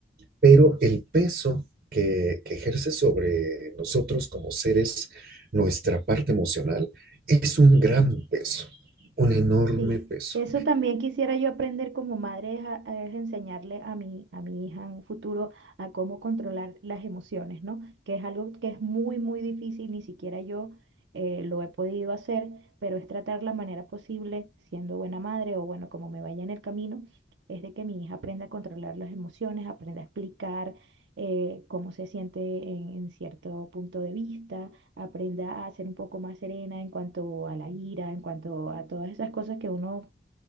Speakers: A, on the right (about 50°); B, on the right (about 85°).
A: pero el peso que, que ejerce sobre nosotros como seres nuestra parte emocional es un gran peso, un enorme
B: Sí,
A: peso.
B: eso también quisiera yo aprender como madre, es, a- es enseñarle a mi, a mi hija en un futuro a cómo controlar las emociones, ¿no? Que es algo que es muy, muy difícil, ni siquiera yo eh, lo he podido hacer, pero es tratar la manera posible, siendo buena madre o bueno, como me vaya en el camino, es de que mi hija aprenda a controlar las emociones, aprenda a explicar eh, cómo se siente en en cierto punto de vista aprenda a ser un poco más serena en cuanto a la ira, en cuanto a todas esas cosas que uno